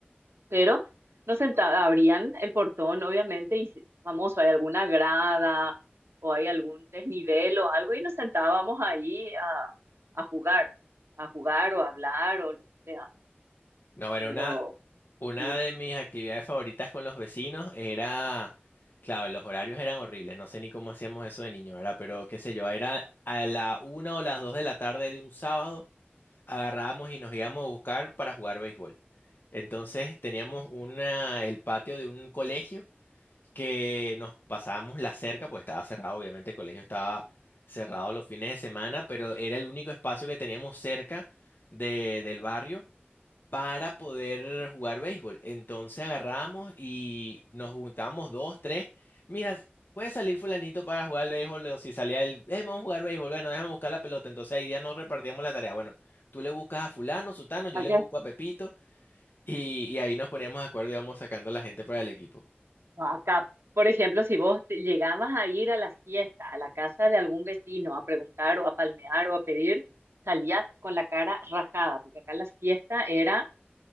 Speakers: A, on the right; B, on the left.
A: pero nos sentaba, abrían el portón, obviamente, y si- famoso, hay alguna grada o hay algún desnivel o algo, y nos sentábamos ahí a, a jugar, a jugar o a hablar o lo que sea.
B: No, era
A: Pero
B: una, una
A: sí,
B: de mis actividades favoritas con los vecinos era, claro, los horarios eran horribles, no sé ni cómo hacíamos eso de niño, ¿verdad? Pero qué sé yo, era a la una o las dos de la tarde de un sábado, agarrábamos y nos íbamos a buscar para jugar béisbol. Entonces teníamos una, el patio de un colegio que nos pasábamos la cerca, pues estaba cerrado, obviamente el colegio estaba cerrado los fines de semana, pero era el único espacio que teníamos cerca de- del barrio para poder jugar béisbol. Entonces agarramos y nos juntábamos dos, tres. Mira, puede salir fulanito para jugar al béisbol, o si salía él, "Eh, vamos a jugar béisbol, bueno, déjame buscar la pelota. Entonces ahí ya nos repartíamos la tarea. Bueno, tú le buscas a fulano, sutano, yo
A: acá,
B: le busco a Pepito. Y, y ahí nos poníamos de acuerdo y íbamos sacando a la gente para el equipo.
A: acá, por ejemplo, si vos te- llegabas a ir a la fiesta, a la casa de algún vecino, a preguntar o a palmear o a pedir, salías con la cara rajada, porque acá la fiesta era